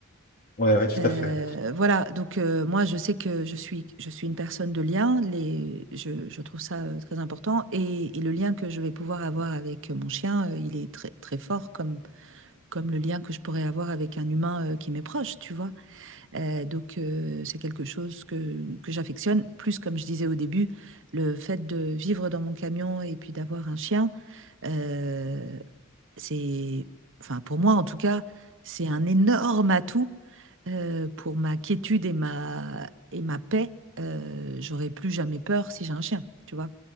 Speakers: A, on the left; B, on the right.
A: Ouais, ouais, tout
B: Euh,
A: à fait.
B: voilà, donc euh, moi je sais que je suis, je suis une personne de lien, les, je, je trouve ça euh, très important et, et le lien que je vais pouvoir avoir avec mon chien, euh, il est très, très fort comme, comme le lien que je pourrais avoir avec un humain euh, qui m'est proche, tu vois. Euh, donc, euh, c'est quelque chose que, que j'affectionne. Plus, comme je disais au début, le fait de vivre dans mon camion et puis d'avoir un chien, euh, c'est, enfin, pour moi en tout cas, c'est un énorme atout euh, pour ma quiétude et ma, et ma paix. Euh, j'aurais plus jamais peur si j'ai un chien, tu vois.